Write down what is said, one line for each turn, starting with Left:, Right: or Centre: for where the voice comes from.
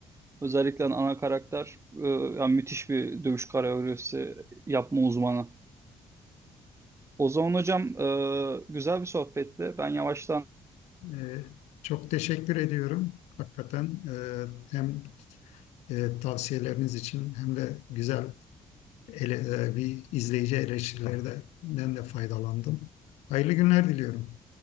Right: Özellikle hani ana karakter e, yani müthiş bir dövüş koreografisi yapma uzmanı. O zaman hocam e, güzel bir sohbetti. Ben yavaştan
Left: Ee, çok teşekkür ediyorum. Hakikaten e, hem e, tavsiyeleriniz için hem de güzel ele, e, bir izleyici eleştirilerinden de faydalandım. Hayırlı günler diliyorum.